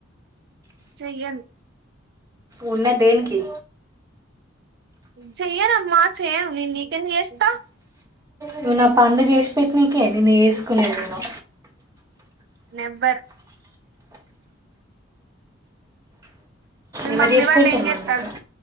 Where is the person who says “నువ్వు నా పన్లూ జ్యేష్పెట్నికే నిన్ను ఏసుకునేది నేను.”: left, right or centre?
Right